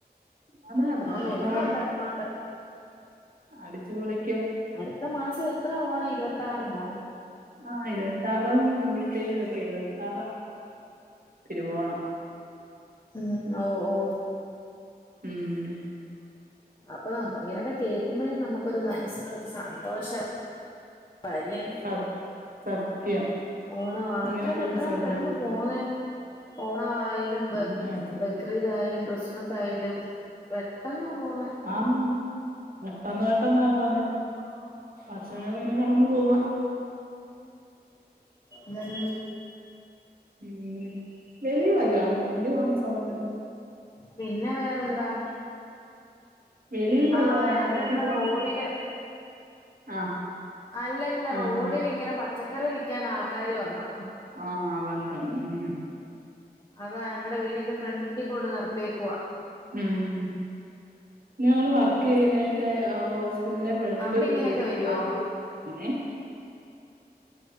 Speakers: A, on the right; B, on the left.
A: ആണ് അടുത്ത
B: ഞാൻ
A: മാസം
B: വരുന്നുണ്ടോ അങ്ങോട്ട്.
A: അടിച്ചുപൊളി
B: അടുത്ത മാസം എത്ര ഓണം ഇരുപത്തി ആറിനോ?
A: ആ ഇരുപത്ത ആറും ഇരുപത്തേഴും ഒക്കെ ഇരുപത്താറ തിരുവോണം
B: ഉം ഓ ഓ
A: മം
B: അപ്പൊ ന ഇങ്ങനൊക്കെ കേൾക്കുമ്പഴേ നമുക്കരു മനസ്സിന് ഒരു സന്തോഷം അല്ലേ
A: സത് സത്യം
B: ഓനെ മാ
A: ഇങ്ങനെയൊക്കെ
B: ത്ര പെട്ടെന്ന്
A: ഒരു സാധനാണ്
B: പെട്ടന്ന് പോന്നെ? ഓണവായാലും
A: പിന്നെ
B: ബ
A: എത്ര
B: ബക്രി തായാലും ക്രിസ്മസ് ആയാലും പെട്ടെന്ന പോന്നെ
A: ആ പെട്ടെന്ന് പെട്ടെന്നാ പോന്നെ വക്ഷങ്ങള ഇങ്ങനെ കടന്നു പോവാ
B: മം
A: ഉം വലിവല്ലോ ആന്നോ വണ്ടിപൊന്ന സൗണ്ട്
B: പിന്നെ വേറെന്താ
A: വെളിയിൽ വല്ലോം
B: ആഹ്
A: ആന്നോ
B: ഞങ്ങ
A: വണ്ടി
B: ഇവിടെ
A: പോകുന്ന
B: റോഡില്
A: സൗ ആഹ്
B: അല്ലല്ല.
A: ആഹ്
B: റോഡിലിങ്ങനെ പച്ചക്കറി വിൽക്കാൻ ആൾക്കാര് വന്ന്.
A: ആഹ് വന്ത ഉം
B: അതാ ഞങ്ങളടെ വീടിന്റെ ഫ്രണ്ടി കൊണ്ട് നിർത്തിയേക്കുവ
A: ഉം ഞങ്ങള് വർക്ക് ചെയ്യുന്ന എന്റെ ന്റെ ഫ്രണ്ടിലൊ
B: അവിടെ ഇങ്ങനെയൊക്കെ
A: ഒരു
B: വരുവോ
A: ആന്നെ